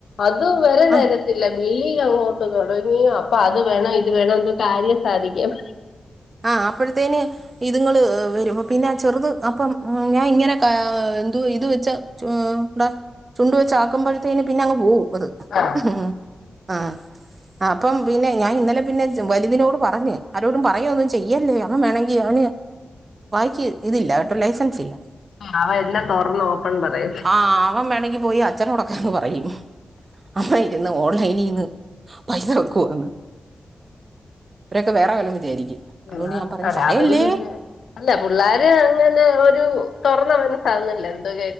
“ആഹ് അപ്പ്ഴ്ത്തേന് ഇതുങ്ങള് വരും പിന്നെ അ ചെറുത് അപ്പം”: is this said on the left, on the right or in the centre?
Right